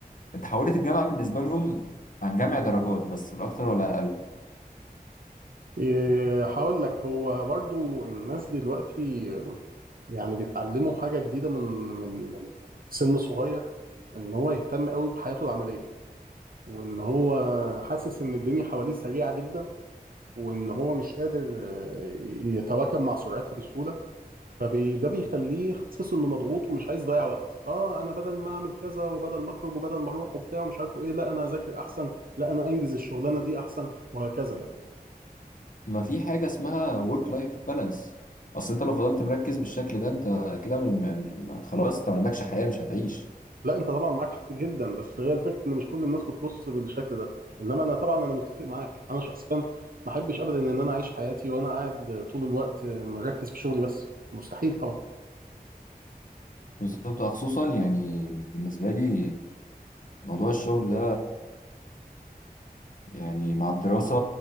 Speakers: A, on the left; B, on the right.
A: اتحولت الجامعه بالنسبه لهم عن جمع درجات بس لا اكتر ولا اقل
B: إيه، هقول لك هو برضو الناس دلوقتي يعني بيتعلموا حاجة جديدة من من من من سن صغير إن هو يهتم قوي بحياته العملية وإن هو حاسس إن الدنيا حواليه سريعة جدا وإن هو مش قادر آه، يتواكب مع سرعتها بسهولة فده بيخليه حاسس انه مضغوط ومش عايز يضيع وقت اه انا بدل ما اعمل كذا وبدل ما اخرج وبدل ما اروح وبتاع ومش عارفه ايه لا انا اذاكر احسن لا انا انجز الشغلانه دي احسن وهكذا يعني
A: ما في حاجة اسمها work life balance اصل انت لو فضلت مركز بالشكل ده انت كده م- م- م- خلاص انت ما عندكش حياة مش هتعيش
B: لا انت طبعا معاك حق جدا بس هي الفكره ان مش كل الناس بتبص بالشكل ده انما انا طبعا انا متفق معاك انا شخصيا ما احبش ابدا ان انا اعيش حياتي وانا قاعد طول الوقت مركز في شغلي بس مستحيل طبعا
A: بالظبط خصوصا يعني بالنسبة لي موضوع الشغل ده يعني مع الدراسة